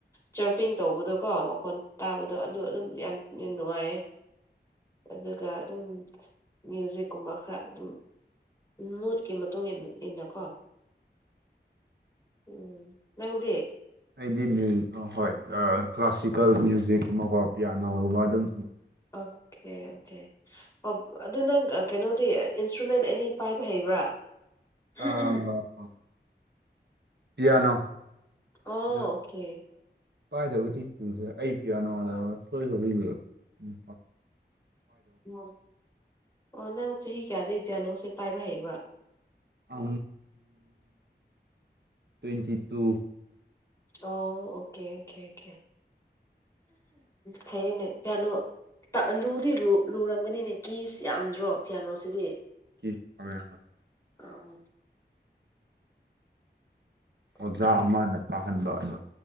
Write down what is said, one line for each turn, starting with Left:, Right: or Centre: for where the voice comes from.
Left: ꯆꯔꯄꯤꯡ ꯇꯧꯕꯗꯣꯀꯣ ꯃꯈꯣꯟ ꯇꯥꯕꯗꯣ ꯑꯗꯨꯗꯣ ꯑꯗꯨꯝ ꯌꯥꯝ ꯅꯨꯡꯉꯥꯏꯌꯦꯦ ꯑꯗꯨꯒ ꯑꯗꯨꯝ ꯃ꯭ꯌꯨꯖꯤꯛꯀꯨꯝꯕ ꯈꯔ ꯑꯗꯨꯝ ꯎ ꯃꯨꯠꯀꯤ ꯃꯇꯨꯡ ꯏꯟꯅ ꯏꯟꯅꯀꯣ ꯎꯝ ꯅꯪꯗꯤꯦ
Right: ꯑꯩꯗꯤꯨ ꯍꯣꯏ ꯀ꯭ꯂꯥꯁꯤꯀꯦꯜ ꯃ꯭ꯌꯨꯖꯤꯛꯀꯨꯝꯕꯀꯣ ꯄꯤꯌꯥꯅꯣꯒꯨꯝꯕ ꯑꯗꯨꯝ
Left: ꯑꯣꯀꯦ ꯑꯣꯀꯦ ꯑꯣ ꯑꯗꯨ ꯅꯪ ꯀꯩꯅꯣꯗꯤ ꯏꯟꯁꯇ꯭ꯔꯨꯃꯦꯟ ꯑꯅꯤ ꯄꯥꯏꯕ ꯍꯩꯕ꯭ꯔꯥ
Right: ꯑꯥ
Left: ꯎꯝ ꯎꯝ
Right: ꯄꯤꯌꯥꯅꯣ
Left: ꯑꯣ ꯑꯣꯀꯦ
Right: ꯑꯗ ꯄꯥꯏꯗꯕꯗꯤ ꯇꯨꯈ꯭ꯔꯦ ꯑꯩ ꯄꯤꯌꯥꯅ ꯁꯣꯏ ꯍꯧꯕꯕꯤꯒꯦ ꯎꯝ
Left: ꯎ ꯑꯣ ꯅꯪ ꯆꯍꯤ ꯀꯌꯥꯗꯩ ꯄꯤꯌꯥꯅꯣꯁꯦ ꯄꯥꯏꯕ ꯍꯩꯕ꯭ꯔꯥ
Right: ꯑ ꯇ꯭ꯋꯦꯟꯇꯤ ꯇꯨ
Left: ꯑꯣ ꯑꯣꯀꯦ ꯑꯣꯀꯦ ꯑꯣꯀꯦ ꯈꯩꯅꯦ ꯐꯦꯅꯣ ꯂꯨꯗꯤ ꯂꯨꯔꯝꯒꯅꯤꯅꯦ ꯀꯤꯁ ꯌꯥꯝꯗ꯭ꯔꯣ ꯐꯤꯌꯥꯅꯣꯁꯤꯗꯤ
Right: ꯀ ꯀꯃꯦ ꯍ
Left: ꯑꯣ
Right: ꯑꯣꯖꯥ
Left: ꯑꯣꯀꯦ
Right: ꯑꯃꯅ ꯇꯥꯍꯟꯂ ꯑ